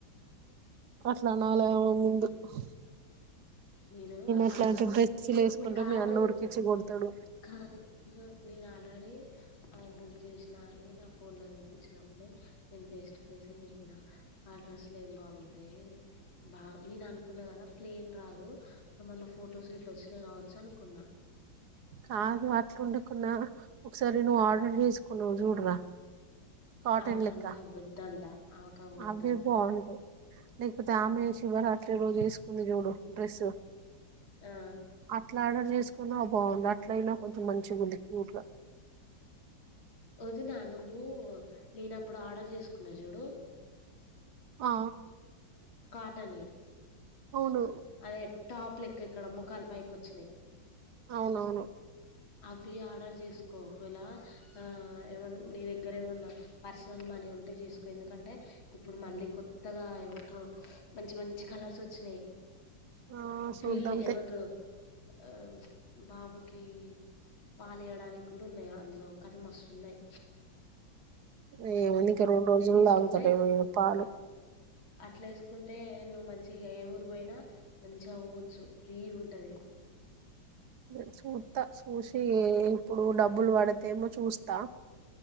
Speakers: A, on the right; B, on the left.
A: అట్లా అనాలేమో <inaudible>
B: నేను
A: అట్లాంటి
B: ఆహా
A: డ్రెస్సులు
B: నేను
A: వేసుకుంటే
B: కాదు
A: మీ అన్న ఉరికిచ్చి కొడతాడు
B: కాదు ఆహా నేను అల్ రాడి రి ఆమె బుక్ చేసినా అని నా ఫోన్లో చూపించినప్పుడే నేను ఫేస్ టు ఫేస్ చెప్పినా ఆ అడ్రస్లు ఏం బాగుంటాయి బా నేను అనుకున్నా కదా ప్లేన్ రాదు ఏమన్న ఫొటోస్ గిట్ల వచ్చినాయి కావచ్చు అనుకున్నా
A: కాదు అట్లా ఉడుకున్నా ఒకసారి నువ్వు ఆర్డర్ చేసుకున్నావు్ చూడరా కాటన్
B: అవకంట
A: లెక్క
B: వద్దంట అవక వదుంట
A: అవే బాగుంటాయి లేకపోతే ఆమె శివరాత్రి రోజు వేసుకుంది చూడు డ్రెస్సు
B: ఆ
A: అట్లా ఆర్డర్ చేసుకో న్నా బాగుంది అట్లయినా కొంచెం మంచిగా ఉంది క్యూట్ గా
B: ఒదిన నువ్వు నేన అప్పుడు ఆర్డర్ చేసుకున్న చూడు
A: ఆ
B: కాటన్యి
A: అవును
B: అదే టాప్ లెక్క ఇక్కడ ముఖాలు పైకి వచ్చినాయి్
A: అవునవును
B: అవి ఆర్డర్ చేసుకో ఒకవేలా ఆ ఏమన్నా నీ దగ్గర ఏమన్నా పర్సనల్ మనీ ఉంటే చేసుకో ఎందుకంటే ఇప్పుడు మళ్ళీ కొత్తగా ఏమంటారు మంచి మంచి కలర్స్ వచ్చినాయి
A: ఆ చూద్దాం
B: ఫిల్డ్ ఎం
A: తి
B: అంటారు అ బాబుకి బాబు కి పాలు ఇయ్యడానికి కూడా ఉన్నాయ్ అందులో కానీ మస్తువున్నాయి
A: ఏ అనికి రెండు రోజులులో
B: తీసుకుంటే
A: తగుతాడేమో ఇగ పాలు
B: అట్లా వేసుకుంటే నువ్వు మంచిగా ఏ ఊరు పోయినా మంచిగా పోవచ్చు ఫ్రీ ఉంటది
A: అ కూూత సూషయే ఇప్పుడు డబ్బులు పడితేమో చూస్తా